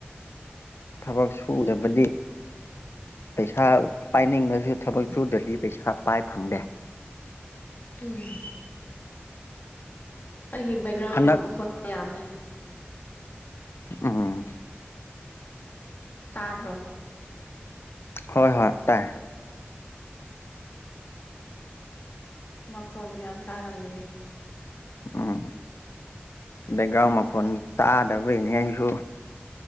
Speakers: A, on the left; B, on the left.
A: ꯊꯕꯛ ꯁꯨꯗꯕꯗꯤ
B: ꯍꯣꯏ
A: ꯄꯩꯁꯥ ꯄꯥꯏꯅꯤꯡꯕꯁꯨ ꯊꯕꯛ ꯁꯨꯗ꯭ꯔꯗꯤ ꯄꯩꯁꯥ ꯄꯥꯏ ꯐꯪꯗꯦ
B: ꯎꯝ ꯑꯩꯒꯤ ꯕꯦꯛꯒ꯭ꯔꯥꯎꯟ
A: ꯍꯟꯗꯛ
B: ꯃꯈꯣꯏ ꯌꯥꯝꯃꯦ
A: ꯎꯝ
B: ꯇꯥꯕ꯭ꯔꯣ
A: ꯍꯣꯏ ꯍꯣꯏ ꯇꯥꯏ
B: ꯃꯈꯣꯜ ꯃꯌꯥꯝ ꯇꯥꯔꯝꯒꯅꯤ
A: ꯎꯝ ꯕꯦꯡꯒ ꯃꯈꯣꯟ ꯇꯥꯗꯕꯩꯅꯦ ꯑꯩꯁꯨ